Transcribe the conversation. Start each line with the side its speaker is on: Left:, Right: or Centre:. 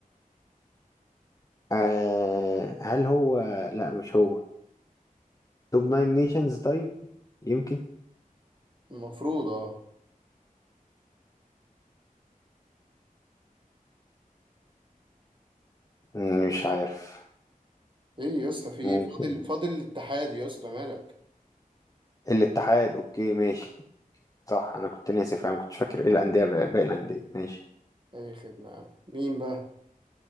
Left: آه هل هو لا مش هو توب ناين نيشنز طيب يمكن
Right: المفروض اه
Left: مم، مش عارف
Right: ايه يا اسطى في
Left: ممكن
Right: ايه فاضل فاضل الاتحاد يا اسطى مالك
Left: الاتحاد اوكي ماشي صح انا كنت ناسي فاهم كنتش فاكر ايه الانديه باقي الانديه ماشي
Right: اي خدمة يا عم مين بقى